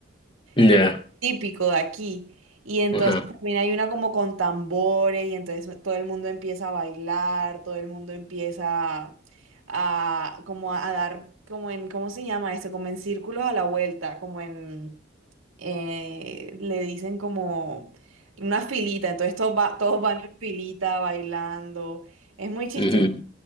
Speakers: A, on the left (about 25°); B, on the right (about 85°).
A: Ya.
B: que es típico de aquí. Y entonces
A: Ajá.
B: también hay una como con tambores y entonces todo el mundo empieza a bailar, todo el mundo empieza a, como a, a dar, como en, ¿cómo se llama esto? Como en círculos a la vuelta, como en, eh, le dicen como una filita, entonces todos, va- todos van en filita bailando. Es muy chistoso.
A: Ujú.